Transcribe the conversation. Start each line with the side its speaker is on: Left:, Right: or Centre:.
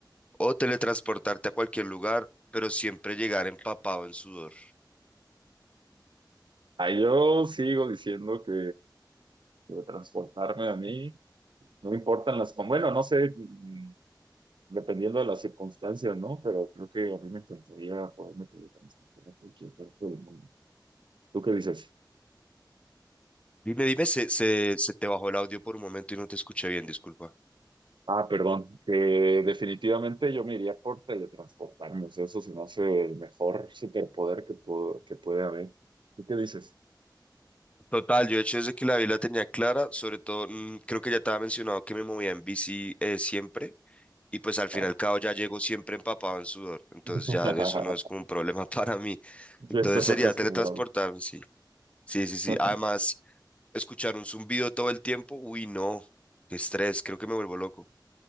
Left: O teletransportarte a cualquier lugar, pero siempre llegar empapado en sudor.
Right: Ah, yo sigo diciendo que, que transportarme a mí, no importan las, con- bueno, no sé, mm, dependiendo de las circunstancias, ¿no? Pero creo que a mí me encantaría poderme teletransportar a cualquier parte del mundo. ¿Tú qué dices?
Left: Dime, dime, se, se, se te bajó el audio por un momento y no te escuché bien, disculpa.
Right: Ah, perdón, que definitivamente yo me iría por teletransportarme, o sea, eso se me hace el mejor superpoder que, puedo, que puede haber. ¿Tú qué dices?
Left: Total, yo de hecho desde que la vi la tenía clara, sobre todo, mm, creo que ya te había mencionado que me movía en bici eh, siempre, y pues al fin
Right: Ah,
Left: y al cabo ya llego siempre empapado en sudor, entonces
Right: <laughs>
Left: ya eso no es como un problema <laughs> para mí. Entonces
Right: ya estás
Left: sería
Right: acostumbrado.
Left: teletransportarme, sí. Sí, sí, sí.
Right: <laughs>
Left: Además, Escuchar un zumbido todo el tiempo, uy, no, qué estrés, creo que me vuelvo loco.